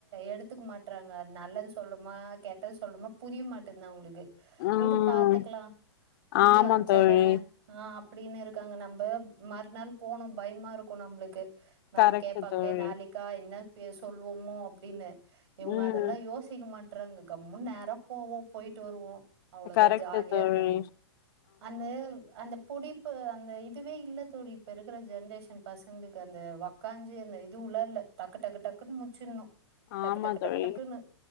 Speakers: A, on the right; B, on the left.
A: எடுத்துக்க மாட்ட றாங்க நல்லது சொல்றோமா கெட்டது சொல்றோமா புரிய மாட்டேங்குது அவுங்களுக்கு
B: ம்
A: விடு பாத்துக்கலா விடு
B: ஆமா
A: அச்சாதான
B: தோழி
A: ஆ அப்டின்னு இருக்காங்க நம்ப மறுநாள் போனு பயமா இருக்கு நம்மளுக்கு மேம்
B: கரெக்ட்
A: கேப்பாங்களே
B: தோழி
A: நாளைக்கா என்ன சொல்லுவோமோ அப்டின்னு இவுங்க
B: ம்
A: அதெல்லா யோசிக்க மாட்ட ட்றாங்க கம்முன் நேரா போவோ போயிட்டு வருவோ அவ்ளவுதா
B: கரெக்ட்
A: ஜாலியா
B: தோழி
A: இருக்காங்க அந்த அந்த புடிப்பு அந்த இதுவே இல்ல தோழி இப்ப இருக்குற ஜென்ரேஷன் பசங்களுக்கு அந்த உக்காஞ்சி அந்த இது உள்ளல இல்ல டக்கு டக்கு டக்குன்னு முச்சிடனு டக்கு
B: ஆமா
A: டக்கு
B: தோழி
A: டக்கு டக்குன்னு